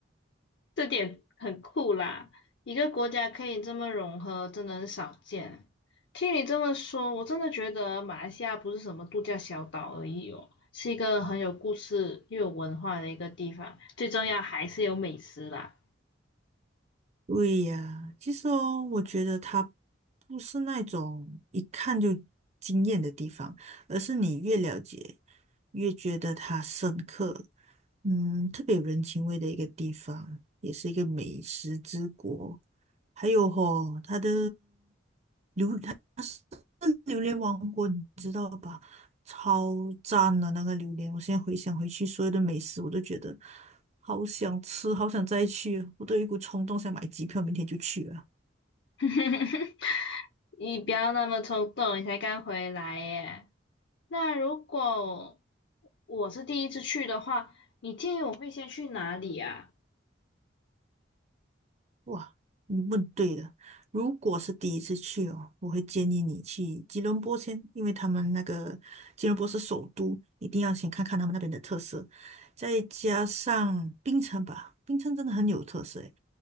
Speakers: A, on the left (about 65°); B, on the right (about 35°).
A: 这点很酷啦！一个国家可以这么融合，真的很少见。听你这么说，我真的觉得马来西亚不是什么度假小岛而已哦，是一个很有故事又有文化的一个地方。最重要还是有美食啦。
B: 对呀，其实哦，我觉得它不是那种一看就惊艳的地方，而是你越了解，越觉得它深刻。嗯，特别有人情味的一个地方，也是一个美食之国。还有吼、它的榴，它的榴莲王国你知道吧？超赞的那个榴莲，我现在回想回去所有的美食，我都觉得好想吃，好想再去啊，我都有一股冲动想买机票，明天就去了。
A: <laughs> 你不要那么冲动，你才刚回来耶。那如果我是第一次去的话，你建议我会先去哪里啊？
B: 哇，你问对了。如果是第一次去哦，我会建议你去吉隆坡先，因为他们那个吉隆坡是首都，一定要先看看他们那边的特色，再加上槟城吧，槟城真的很有特色诶。